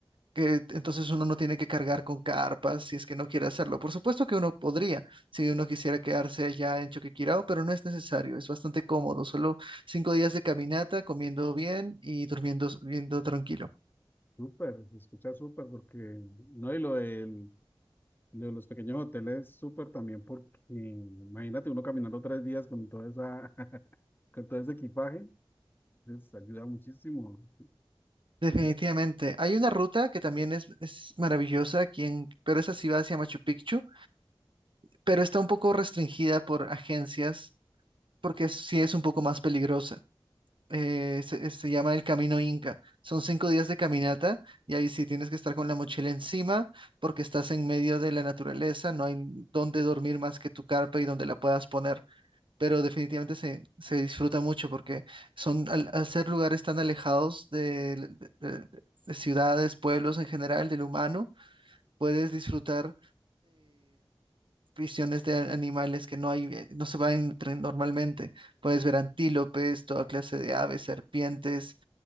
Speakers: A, on the right; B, on the left.
A: que entonces uno no tiene que cargar con carpas si es que no quiere hacerlo. Por supuesto que uno podría, si uno quisiera quedarse allá en Choquequirao, pero no es necesario, es bastante cómodo, solo cinco días de caminata, comiendo bien y durmiendo, durmiendo tranquilo.
B: Súper, se escucha súper porque, no, y lo del, Lo de los pequeños hoteles, súper también porque imagínate uno caminando tres días con toda esa, <laughs> con todo ese equipaje, les ayuda muchísimo.
A: Definitivamente.
B: Entonces,
A: Hay una ruta que también es, es maravillosa aquí en, pero esa sí va hacia Machu Picchu, pero está un poco restringida por agencias porque es- sí es un poco más peligrosa. eh, se, se llama el Camino Inca. Son cinco días de caminata y ahí sí tienes que estar con la mochila encima porque estás en medio de la naturaleza, no hay dónde dormir más que tu carpa y donde la puedas poner, pero definitivamente se, se disfruta mucho porque son, al, al ser lugares tan alejados de, de- de- de ciudades, pueblos en general, del humano, puedes disfrutar visiones de animales que no hay, eh, no se van normalmente. Puedes ver antílopes, toda clase de aves, serpientes,